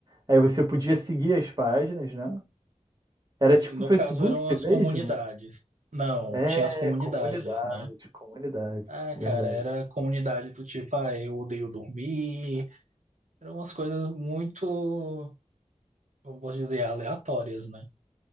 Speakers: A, on the right; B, on the right.
A: aí você podia seguir as páginas, né? Era tipo
B: E No
A: o Facebook
B: caso, eram as
A: mesmo?
B: comunidades. Não,
A: É,
B: tinha as comunidades,
A: comunidade,
B: né?
A: comunidade,
B: Ah,
A: verdade.
B: cara, era comunidade do tipo, ah, eu odeio dormir. Eram umas coisas muito, eu posso dizer, aleatórias, né?